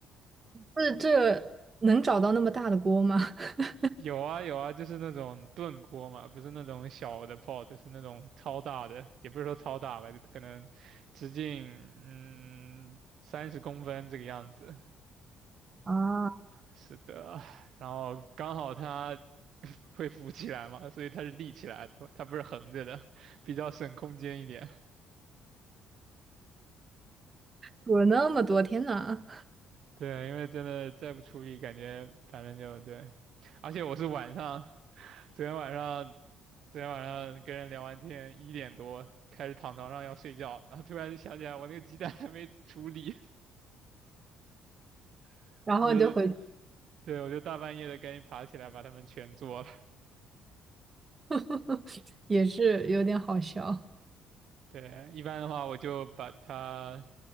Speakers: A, on the right; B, on the right.
A: 这这能找到那么大的锅吗？<laughs>
B: 有啊有啊，就是那种炖锅嘛，不是那种小的 pot，是那种超大的，也不是说超大吧，就可能直径嗯三十公分这个样子。
A: 啊，
B: 是的，然后刚好它 <laughs> 会浮起来嘛，所以它是立起来的，它不是横着的，比较省空间一点。
A: 煮了那么多，天呐，
B: 对，因为真的再不处理，感觉反正就对，而且我是晚上。昨天晚上，昨天晚上跟人聊完天，一点多开始躺床上要睡觉，然后突然想起来我那个鸡蛋 <laughs> 还没处理，
A: <laughs>
B: <laughs>
A: 然后你就回去
B: 就对我就大半夜的赶紧爬起来把它们全做了。
A: <laughs> 也是有点好笑。
B: 对，一般的话我就把它